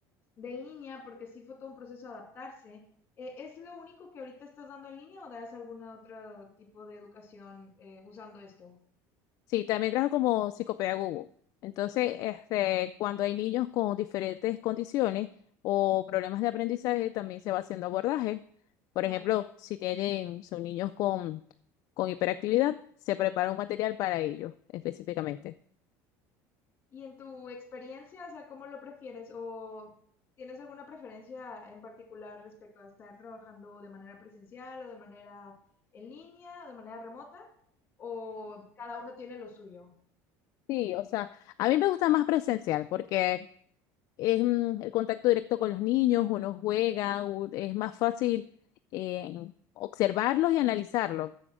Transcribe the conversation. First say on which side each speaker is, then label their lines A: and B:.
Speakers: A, on the left (about 25°); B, on the left (about 50°).
A: de en línea, porque sí fue todo un proceso de adaptarse. Eh, ¿Es lo único que ahorita estás dando en línea o das algún otro tipo de educación eh, usando esto?
B: Sí, también trabajo como psicopedagogo. Entonces, este, cuando hay niños con diferentes condiciones o problemas de aprendizaje, también se va haciendo abordaje. Por
A: Ah,
B: ejemplo,
A: ok.
B: si tienen, son niños con, con hiperactividad, se prepara un material para ellos específicamente.
A: Y en tu experiencia, o sea, ¿cómo lo prefieres? ¿O tienes alguna preferencia en particular respecto a estar trabajando de manera presencial o de manera en línea, o de manera remota? ¿O cada uno tiene lo suyo?
B: Sí, o sea, a mí me gusta más presencial porque es mm, el contacto directo con los niños, uno juega, u- es más fácil eh, observarlos y analizarlos.